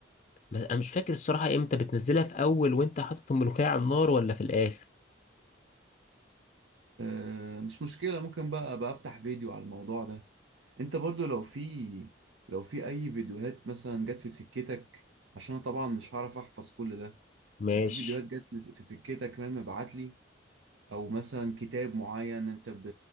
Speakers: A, on the left; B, on the right.
A: ما- انا مش فاكر الصراحة امتى بتنزلها في اول وانت حاطط الملوخية على النار ولا في الاخر
B: آه مش مشكلة ممكن بقى بقى افتح فيديو على الموضوع ده انت برضو لو في لو في اي فيديوهات مثلا جت في سكتك عشان انا طبعا مش هعرف احفظ كل ده
A: ماشي
B: لو في فيديوهات جت في سكتك فاهم ابعت لي او مثلا كتاب معين انت ب...